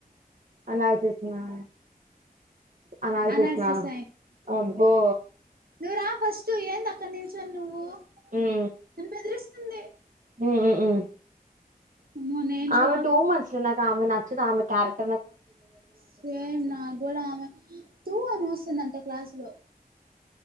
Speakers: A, on the right; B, on the right.
A: అనాలసిస్ లన అనాలసిస్
B: అనాలిసిస్
A: లా అబ్బో
B: నువరా ఫస్ట్ ఏన్ అక్క నిల్చొని నువ్వు
A: ఉమ్
B: నను బెదిరిస్తుంది
A: ఉమ్ ఉమ్ ఉమ్
B: అమ్మో నేను
A: ఆమె
B: షాక్
A: టూ మచ్ ఆమె నచ్చదు ఆమె క్యారెక్
B: సేమ్ నా కూడా ఆమె తూ అని వస్తుందంట క్లాసు లో